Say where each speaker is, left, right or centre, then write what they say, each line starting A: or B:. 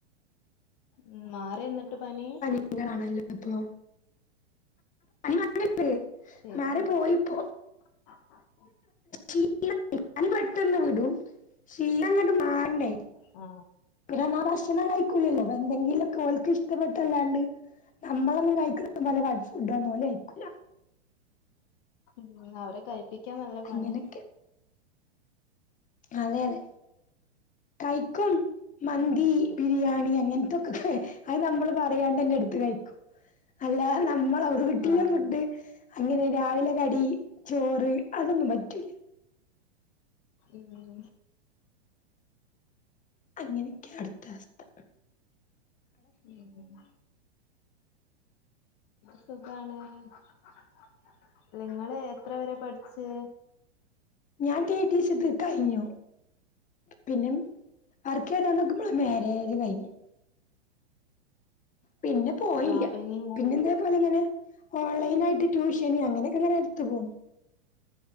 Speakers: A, on the left; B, on the left.
A: ഉം മാറിയൊന്നിട്ട് പനി
B: അങ്ങനെ ആണല്ലോ ഇപ്പൊ <inaudible>
A: ശരിയാണ്
B: മാറി പോയിപ്പോ
A: <unintelligible> <inaudible>
B: <inaudible> പനി പെട്ടന്ന് വിടും ക്ഷീണം അങ്ങട്ട് മാറണ്ടേ
A: ആ
B: പിന്നെന്നാ ഭക്ഷണം കഴിക്കൂലല്ലോ എന്തെങ്കിലു ഒക്കെ ഓൽക്ക് ഇഷ്ടപ്പെട്ടല്ലാണ്ട് നമ്മളൊന്നും കഴിക്കൂ നല്ല <unintelligible> ഫുഡ് ഒന്നും ഓല് കഴിക്കൂല
A: ഉം അവരെ കഴിപ്പിക്കാൻ നല്ല
B: അങ്ങനെയൊക്കെ
A: പണിയ
B: അതെ അതെ കഴിക്കും മന്തി
A: ഉം
B: ബിരിയാണി അങ്ങൻ ത്തൊക്ക അത് നമ്മള് പറയാണ്ടന്നേ എടുത്ത് കഴിക്കും അല്ലാ നമ്മള വീട്ടില
A: ആഹ്
B: ഫുഡ് അങ്ങനെ രാവിലെ കടി ചോറ് അതൊന്നും പറ്റൂല
A: ഉം
B: അങ്ങനെയൊക്കെ അടുത്തവസ്ഥ
A: ഉം സുഖാണ് ല്ല ഇങ്ങള് എത്ര വരെ പഠിച്ച്
B: ഞാൻ ടീ ടീ സി ഒക്കെ കഴിഞ്ഞു പിന്നെ വർക്ക് ചെയ്തൂണ്ട്ക്കുമ്പോ മേരേജ് കഴിഞ്ഞ് പിന്നെ പോയീല്ല
A: ആഹ് അപ്പൊ ഇനി
B: പിന്നെ എന്തേ അതങ്ങനെ ഓൺലൈനായിട്ട് ട്യൂഷന് അങ്ങനൊക്കെ ഇങ്ങനെ എടുത്ത് പോണു